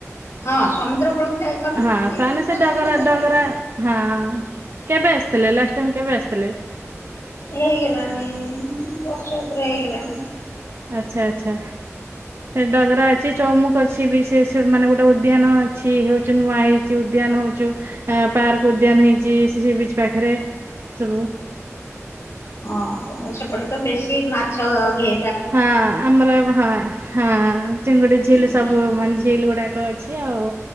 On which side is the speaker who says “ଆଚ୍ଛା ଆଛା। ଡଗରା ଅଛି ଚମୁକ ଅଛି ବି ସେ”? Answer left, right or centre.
Right